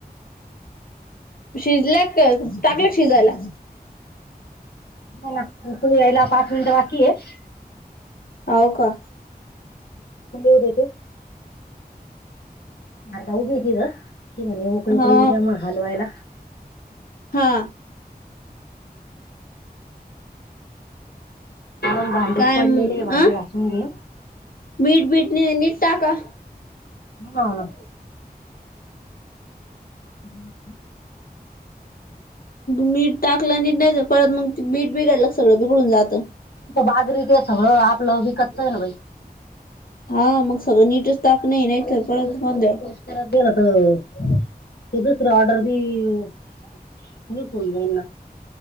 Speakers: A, on the left; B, on the left.
A: शिजल्यात का, टाकलेत शिजायला?
B: नाही ना, ती यायला पाच मिनटं बाकी आहे.
A: हाव का?
B: <inaudible> लिहू देते? आता उभी हाय ती गं. ती म्हणे उकळी तर
A: हा
B: येऊ द्या मग हलवायला
A: हा.
B: हा, मग
A: काय
B: पडलेले
A: म
B: भांडे
A: आ
B: घासून घे.
A: मीठ बीट नी नीट टाका.
B: हा. <inaudible>
A: मीठ टाकलं नीट, नाही तर परत मग बीठ बिघडलं सगळं बिघडून जातं.
B: तं बाजरीचंच हवं, आपलं विकतचं हा ना बाई.
A: हा मग सगळं नीटच टाक नाही, नाही
B: पळस
A: तर परत
B: पळस
A: गोंधळ
B: <unintelligible> विकून जाईन नां.